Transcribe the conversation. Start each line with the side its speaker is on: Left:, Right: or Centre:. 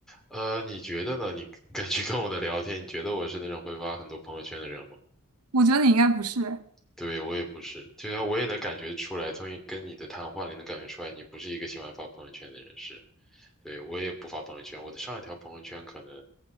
Centre: 呃，你觉得呢？你 <laughs> 根据跟我的聊天，你觉得我是那种会发很多朋友圈的人吗？
Right: 我觉得你应该不是。
Centre: 对，我也不是，就像我也能感觉出来，从你跟你的谈话里能感觉出来，你不是一个喜欢发朋友圈的人士。对，我也不发朋友圈，我的上一条朋友圈可能，